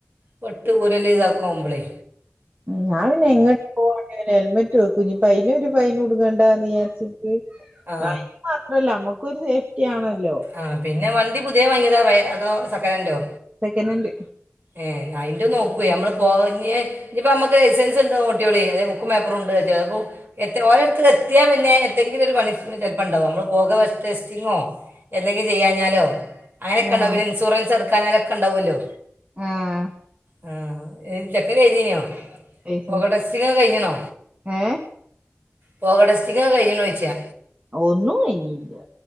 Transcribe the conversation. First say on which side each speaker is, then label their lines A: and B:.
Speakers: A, on the right; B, on the right.
A: പട്ട് ഊരല് ഇതാക്ക് മ്പ്ലൈ.
B: ഞാൻ പിന്നെ എങ്ങട്ട് പോവാണേല് ഹെൽമെറ്റ് വെക്കും ഇനിപ്പ അയിനൊര് ഫൈന് കുടുങ്ങണ്ടാച്ചിട്ട്.
A: ആ
B: ആയിന് മാത്രല്ല നമ്മക്കൊരു സേഫ്റ്റി ആണല്ലോ.
A: ആ പിന്നെ വണ്ടി പുതിയ വാങ്ങിയതാ റെ അതോ സെക്കനന്റോ.
B: സെക്കനന്റ്.
A: ഏഹ് അയിന്റെ നോക്കുഎനമ്മള് പോകഞ്. ഇഞ്ഞിപ്പൊ മ്മക്ക് ലൈസൻസ്ണ്ടോ ഓട്ട്യോളി അതെ ബുക്കുംപേപ്പറുണ്ട് പ്പോ. എത്തെ ഓരടത്ത് എത്തിയാ പിന്നെ എത്തെങ്കിലും ഒരു പണി. സും ന്നെ ചെല്പ്ണ്ടാവും നമ്മള് പോകവസ് ടെസ്റ്റിങ്ങോ എന്തെങ്കിലും ചെയ്യാഞ്ഞാലോ. അങ്ങനൊക്കെണ്ടാകും
B: ആഹ്
A: പിന്നെ ഇൻ സൂറൻസ് എടക്കാഞ്ഞാലാക്കെ ണ്ടാകോല്ലോ.
B: ആ... ഹ്
A: ആ ഇ ചെക്ക <unintelligible>
B: ലൈസൻസ്
A: പൊക ടെസ്റ്റിങ്ങൊക്ക കഴിഞ്ണൊ.
B: ഏഹ്
A: പോക ടെസ്റ്റിംങ് ക്കെ കഴിഞ്ഞ്നോയ്ച്ചാ.
B: ഒന്നുംകഴിഞ്ഞില്ല്യ